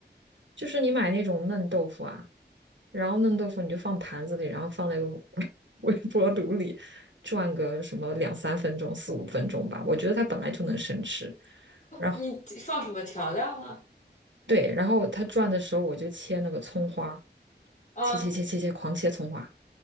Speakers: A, on the right; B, on the left.
A: 就是你买那种嫩豆腐啊，然后嫩豆腐你就放盘子里，然后放在 <laughs> 微波炉里转个什么两三分钟、四五分钟吧。我觉得它本来就能生吃。然后。
B: 你放什么调料呢？
A: 对，然后它转的时候，我就切那个葱花，
B: 嗯，
A: 切切切切切，狂切葱花。